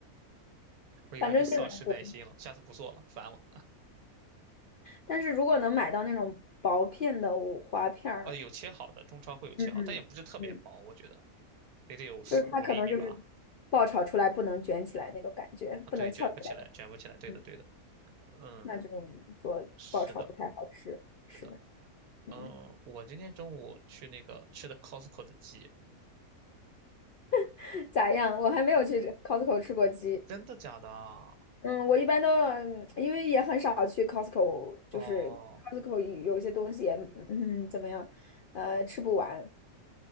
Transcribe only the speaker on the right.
我一般就丧失耐心了，
下次不做了，烦了。
啊，有切好的，中超会有切好，
但也不是特别薄，我觉得也得有四五厘米吧。
啊，
对，卷不起来，卷不起来，对的，
对的，嗯，
是的，
是的，
嗯，我今天中午去那个吃的 Costco 的鸡。
真的假的啊？
哦，